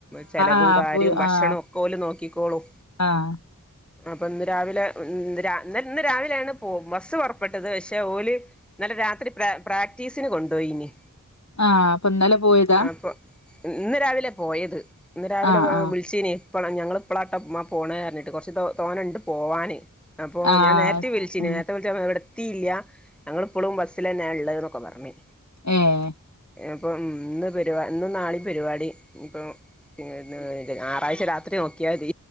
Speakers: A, in the centre; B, on the left.
A: ചെലവും
B: ആഹ്
A: കാര്യേം
B: പു
A: ഭക്ഷണം
B: ആഹ്
A: ഒക്കെ ഓല് നോക്കിക്കോളും
B: ആഹ്
A: അപ്പൊ ഇന്ന് രാവിലെ ഇന്ന് രാ ന്ന് ഇന്ന് രാവിലെണ് പോവും ബസ്സ് പാെറപ്പെട്ടത് പക്ഷെ ഓല്- ഇന്നലെ രാത്രി പ്രക പ്രാക്ടീസിന് കൊണ്ടാേയിനി
B: ആഹ് അപ്പൊ ഇന്നലെ പോയതാ
A: അപ്പൊ ഇന്ന് രാവിലെ പോയത് ഇന്ന് രാവിലെ
B: ആഹ് ആഹ്
A: വിളിച്ചിനി ഇപ്പള ഞങ്ങൾ ഇപ്പളാട്ടമ്മ പോണ് പറഞ്ഞിട്ട് കുറച്ച് തോനെണ്ട് പോവാനേ അപ്പോ
B: ആഹ്
A: ഞാൻ നേരത്തെ
B: ശരി
A: വിളിച്ചിന്
B: ഉം
A: നേരത്തെ വി എവിടെ എത്തിയില്ല ഞങ്ങളിപ്പോഴും ബസ്സിലന്നെയായുള്ളത് എന്നൊക്കെ പറഞ്ഞ്
B: ഏഹ്
A: അപ്പൊ ഇന്ന് പരിപാ ഇന്ന് നാളെയും പരിപാടി ഇനി പ്പോഞായറാഴ്ച രാത്രി നോക്കിയാമതി